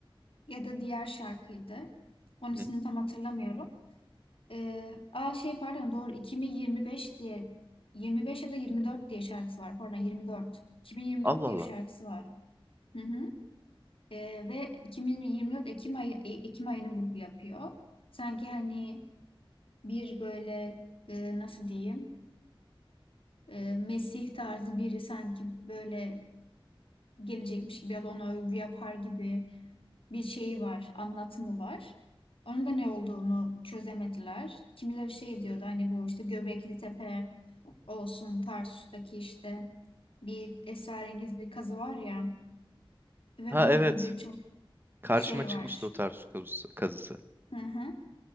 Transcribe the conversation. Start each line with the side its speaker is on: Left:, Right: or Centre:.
Left: ya da diğer şarkıydı. Onun ismini
Right: Hı?
Left: tam hatırlamıyorum. Ee, aa şey pardon doğru 2025 diye 25 ya da 24 diye şarkısı var. Pardon 24. 2024
Right: Allah
Left: diye
Right: Allah.
Left: bir şarkısı var. Hı hı. Ee, ve 2024 Ekim ayı E- Ekim ayını vurgu yapıyor. Sanki hani bir böyle e, nasıl diyeyim e, Mesih tarzı biri sanki böyle gelecekmiş gibi ya da ona övgü yapar gibi bir şeyi var, anlatımı var. Onun da ne olduğunu çözemediler. Kimileri şey diyordu hani bu işte Göbekli Tepe olsun Tarsus'taki işte bir esrarengiz bir kazı var ya ve
Right: Ha
Left: bunun
Right: evet.
Left: gibi birçok
Right: Karşıma
Left: şey
Right: çıkmıştı
Left: var.
Right: o tarz su kazısı. kazısı.
Left: Hı hı.